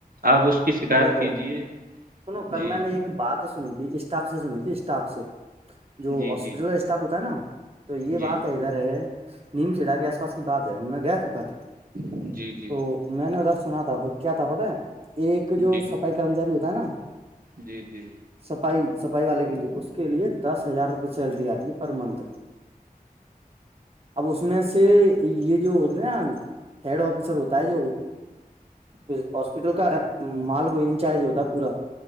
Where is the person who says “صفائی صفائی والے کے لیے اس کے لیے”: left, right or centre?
Right